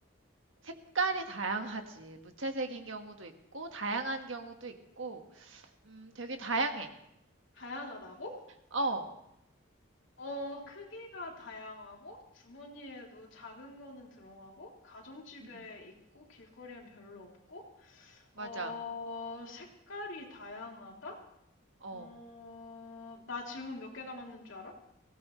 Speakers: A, on the right; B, on the left.
A: 색깔이 다양하지. 무채색인 경우도 있고, 다양한 경우도 있고, 음, 되게 다양해.
B: 다양하다고?
A: 어,
B: 어, 크기가 다양하고 주머니에도 작은 거는 들어가고 가정집에
A: 음,
B: 있고 길거리엔 별로 없고
A: 맞아.
B: 어, 색깔이 다양하다?
A: 어.
B: 어, 나 질문 몇 개 남았는 줄 알아?